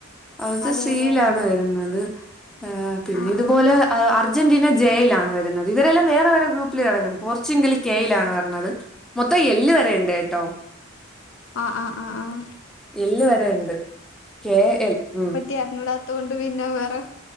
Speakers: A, in the centre; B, on the left.
A: അത്
B: അതെ
A: സീയിലാണ്
B: അതെ അതെ
A: വരുന്നത് ഏഹ് പിന്നെ
B: ആഹ്
A: ഇതുപോലെ
B: ആഹ്
A: അർ അർജന്റീന ജെയിലാണ് വരുന്നത് ഇവരെല്ലാം വേറെ വേറെ ഗ്രൂപ്പില് കെടക്ക്ന്ന് പോർച്ചുഗൽ കെയിലാണ് വരണത് മൊത്തം എല്ല് വരെണ്ട് കേട്ടോ
B: ആഹ ആഹ ആഹ ആഹ
A: എല്ല് വരെ ഉണ്ട് കെ എൽ ഉം
B: പറ്റി അറിഞ്ഞൂടാത്തോണ്ട് പിന്നെ വേറെ